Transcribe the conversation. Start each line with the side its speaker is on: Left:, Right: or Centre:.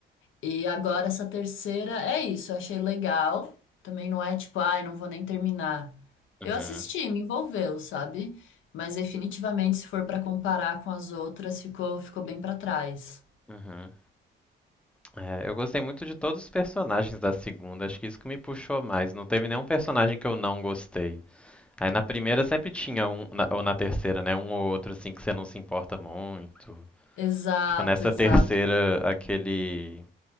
Left: E agora essa terceira é isso, eu achei legal. Também não é tipo, ai, não vou nem terminar.
Centre: Uhum,
Left: Eu assisti, me envolveu, sabe? Mas definitivamente se for pra comparar com as outras, ficou ficou bem pra trás.
Centre: uhum. É, eu gostei muito de todos os personagens da segunda, acho que isso que me puxou mais. Não teve nenhum personagem que eu não gostei. Aí na primeira sempre tinha um, na- ou na terceira, né? Um ou outro assim que você não se importa muito.
Left: Exato,
Centre: Tipo, nessa
Left: exato.
Centre: terceira, aquele